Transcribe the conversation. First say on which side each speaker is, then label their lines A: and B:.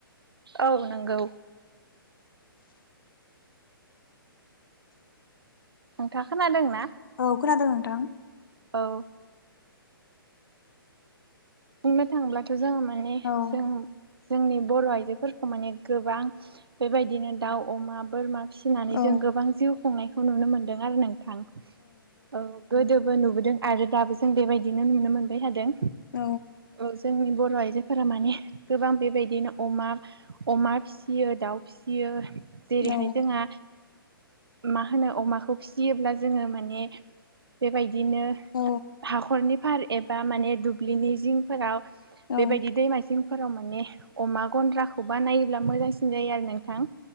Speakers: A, on the right (about 85°); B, on the left (about 65°).
A: औ नंगौ। नोंथाङा खोनाादोंंना?
B: औ खोनादों नोंथां।
A: औ बुंनो थाङोब्लाथ' जोङो माने
B: औ
A: जों जोंनि बर' आइजोफोरखौ माने गोबां बेबायदिनो दाउ अमा बोरमा फिसिनानै
B: औ
A: जों गोबां जिउ खुंनायखौ नुनो मोनदों आरो नोंथां औ गोदो बो नुबोदों आरो दाबो जों बेबायदिनो नुनो मोनबाय थादों।
B: औ
A: औ जोंनि बर' आइजोफोरा माने गोबां बेबायदिनो अमा अमा फिसियो दाउ फिसियो। जेरैहाय
B: औ
A: जोंहा। मा होनो अमाखौ फिसियोब्ला जोङो माने बेबाय दिनो
B: औ
A: हाखरनि फार एबा माने दुब्लिनि जिंफोराव बेबायदि
B: औ
A: दैमाजिंफोराव माने अमा गन्द्राखौ बानायोब्ला मोजांसिन जायो आरो नों थां